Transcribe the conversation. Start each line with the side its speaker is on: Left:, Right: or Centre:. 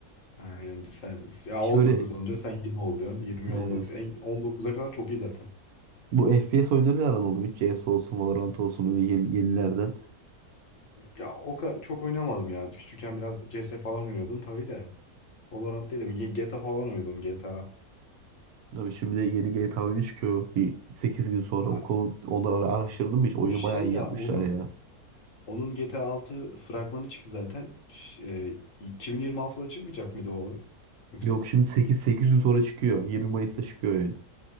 Left: Aynen sen ya
Right: İşte
Left: on
Right: böyle
Left: dokuz olunca sen 20 oluyorsun. yirmiye
Right: evet.
Left: on dokuz En on dokuza kadar çok iyi zaten.
Right: Bu FPS oyunları aran oldu mu? Hiç CS olsun, Valorant olsun böyle yeni, yenilerden.
Left: Ya o kadar çok oynamadım ya. Küçükken biraz C S falan oynuyordum tabii de. Valorant değil de G- GTA falan oynuyordum GTA.
Right: Tabii şimdi de yeni GTA oyunu çıkıyor. Bir 8 gün sonra
Left: Aynen.
Right: o konu onları ara- araştırdım hiç. Oyunu
Left: O şey
Right: bayağı iyi
Left: ya
Right: yapmışlar
Left: onun
Right: ya.
Left: onun G T A 6 fragmanı çıktı zaten. Ş- e, 2026'da çıkmayacak mıydı o oyun? Yoksa
Right: Yok şimdi 8 8 gün sonra çıkıyor. 20 Mayıs'ta çıkıyor oyun.